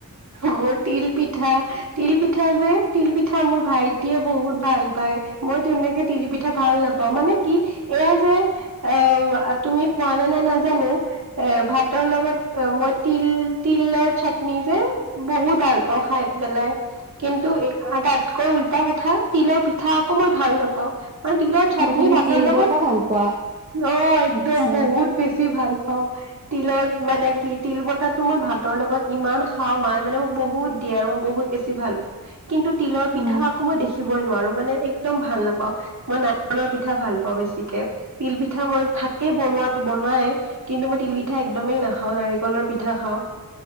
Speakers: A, on the right (about 50°); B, on the right (about 25°).
A: অ তিল পিঠা, তিল পিঠা যে তিল পিঠা মোৰ ভাইটিয়ে বহুত ভাল পায়, মই তেনেকে তিল পিঠা ভাল নাপাওঁ, মানে কি এয়া যে অ তুমি খোৱা নে নে নাজানো এ ভাতৰ লগত মই তিল তিলৰ চাট নিজে বহুত ভাল পাওঁ খাই পেলাই কিন্তু এ তাতকৈ উল্টা কথা। তিলৰ পিঠা আকৌ মই ভাল নাপাওঁ, মই তিলৰ চাটনি
B: অ তুমি
A: ভাতৰ
B: তিল
A: লগত
B: বতাহ ভাল পোৱা
A: অ একদম
B: আচ্ছা
A: বহুত বেছি ভাল অ তিলৰ মানে কি তিল বতাহটো মই ভাতৰ লগত ইমান খাও মাই মানে মোক বহুত দিয়ে আৰু মই বহুত বেছি ভাল পা‌ কিন্তু তিলৰ পিঠা
B: অ
A: আকৌ মই দেখি দেখিবই নোৱাৰো মানে একদম ভাল নাপাওঁ মই নাৰিকলৰ পিঠা ভাল পাওঁ বেছিকে তিল পিঠা মই, থাকেই বনোৱাত বৱনাই কিন্তু মই তিল পিঠা একদমেই নাখাওঁ নাৰিকলৰ পিঠা খাওঁ